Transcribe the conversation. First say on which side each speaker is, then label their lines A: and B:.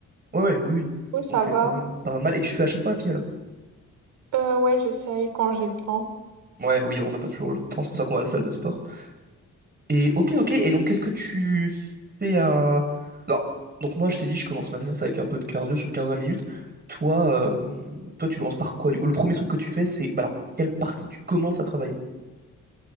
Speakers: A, on the right; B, on the right.
A: Ouais, ouais, oui, oui.
B: oui, ça
A: Donc c'est
B: va.
A: quand même pas mal. Et tu fais à chaque fois à pied, alors?
B: Euh, ouais, j'essaye quand j'ai le temps.
A: Ouais, oui, bon, on n'a pas toujours le temps, c'est pour ça qu'on va à la salle de sport. Et ok, ok. Et donc, qu'est-ce que tu fais à... Non. Donc moi, je t'ai dit, je commence ma séance avec un peu de cardio sur quinze vingt minutes. Toi, euh, toi, tu commences par quoi? du coup Le premier truc que tu fais, c'est... Bah alors, quelle partie tu commences à travailler?